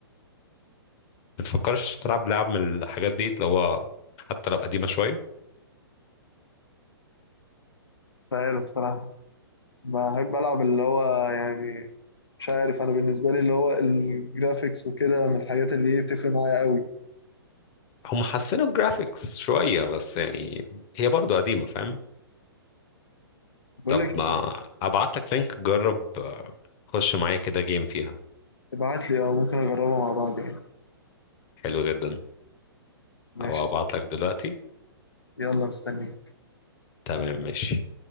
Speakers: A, on the left (about 30°); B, on the left (about 75°).
A: ما تفكرش تلعب لعب من الحاجات دي اللي هو حتى لو قديمة شوية
B: مش عارف بصراحه بحب ألعب اللي هو يعني مش عارف أنا بالنسبة لي اللي هو الجرافيكس وكده من الحاجات اللي هي بتفرق معايا قوي
A: هم حسنوا الجرافيكس شوية بس يعني هي برضو قديمة فاهم
B: بقول
A: طب
B: لك
A: ما
B: إيه
A: أبعت لك لينك جرب آه، خش معايا كده جيم فيها
B: ابعت لي أو ممكن أجربها مع بعض يعني
A: حلو جدا
B: ماشي
A: أو أبعت لك دلوقتي
B: يلا مستني
A: تمام ماشي